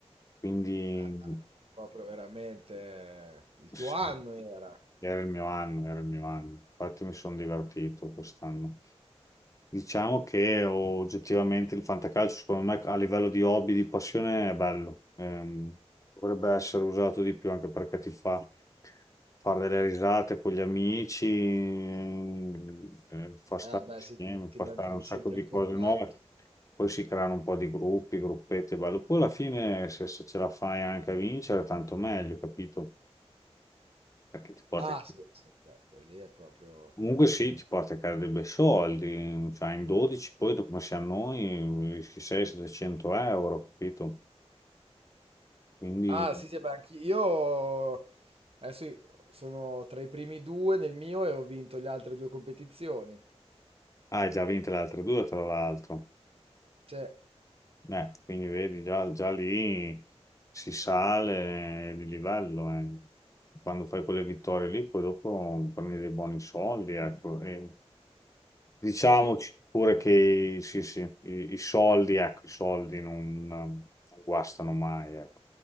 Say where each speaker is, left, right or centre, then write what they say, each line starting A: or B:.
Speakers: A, on the left; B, on the right.
A: Quindi
B: Ah, proprio veramente il
A: sì,
B: tuo anno era.
A: Era il mio anno, era il mio anno. Infatti mi sono divertito quest'anno. Diciamo che oggettivamente il fantacalcio, secondo me, a livello di hobby, di passione, è bello. Ehm, dovrebbe essere usato di più anche perché ti fa fare delle risate con gli amici, ehm, eh, fa stare
B: Ah, beh,
A: insieme,
B: sì, ti, ti
A: fa
B: mantieni
A: stare un sacco
B: sempre
A: di
B: in contatto.
A: cose nuove. Poi si creano un po' di gruppi, gruppetti, è bello. Poi alla fine, se, se ce la fai anche a vincere, tanto meglio, capito? Perché ti porta
B: Ah, sì, sì, beh, quelli è proprio...
A: Comunque sì, ti porta a casa dei bei soldi, cioè in 12 poi dopo come siamo noi, 600-700 euro, capito? Quindi
B: Ah, sì, sì, beh, anch'io adesso i- sono tra i primi due nel mio e ho vinto le altre due competizioni.
A: ah, hai già vinto le altre due tra l'altro.
B: Sì,
A: Eh, quindi vedi, già, già lì si sale di livello. eh. Quando fai quelle vittorie lì, poi dopo prendi dei buoni soldi, ecco. E diciamoci
B: sì.
A: pure che sì, sì, i, i soldi, ecco, i soldi non, non guastano mai, ecco.